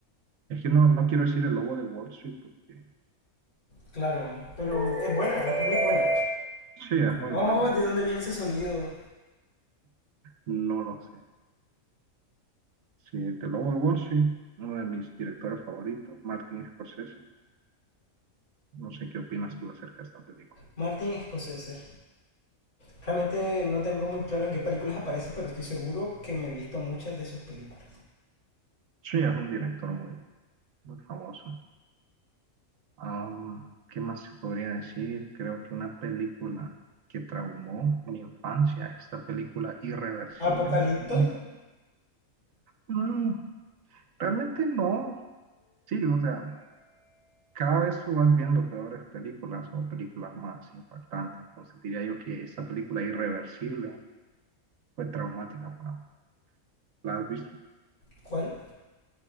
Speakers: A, on the right; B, on the left.
A: Es que no, no quiero decir el lobo de Wall Street porque
B: Claro, pero es buena, es muy buena.
A: sí, es muy
B: Oh,
A: buena.
B: ¿de dónde
A: de mí.
B: viene ese sonido?
A: No lo sé. Sí, el lobo de Wall Street, uno de mis directores favoritos, Martin Scorsese. No sé qué opinas tú acerca de esta película.
B: Martin Scorsese. Realmente no tengo muy claro en qué películas aparece, pero estoy seguro que me he visto muchas de sus películas.
A: Sí, es un director muy, muy famoso. Am, ¿qué más se podría decir? Creo que una película que traumó mi infancia, es esta película Irreversible
B: Apocalipto,
A: de Mónica. Mm, realmente no. Sí, o sea, cada vez tú vas viendo peores películas o películas más impactantes. Entonces diría yo que esta película Irreversible fue traumática para mí. ¿La has visto?
B: ¿cuál?